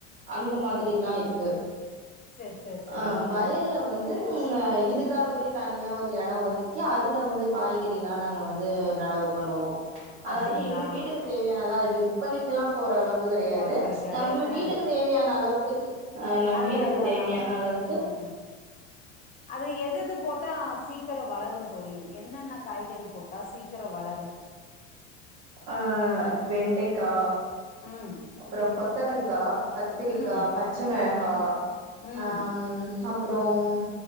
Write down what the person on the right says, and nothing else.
அந்த மாதிரி
எல்லா இருக்கு
ஆ வயல்ல வந்து ம் இதுக்காகவே தனியா ஒரு எடம் ஒதுக்கி அதுல வந்து காய்கறி எல்லா நாங்க வந்து நடவு பண்ணுவோ அதாது
எங்க வீட்டுக்கு தேவையானதா அது விற்பனைக்கு எல்லா போற அளவுக் து கெடையாது
நம்ம
வீட்டுக்கு தேவையான அளவுக்கு <unintelligible> ஆ நம்
வீட்டுக்கு
தேவையான அளவுக்கு
ஆ வெண்டைக்கா
அப்பறம் கொத்தரங்கா கத்திரிக்கா
பச்ச மிள ஆ
ஆம் ஹம் அப்பறம்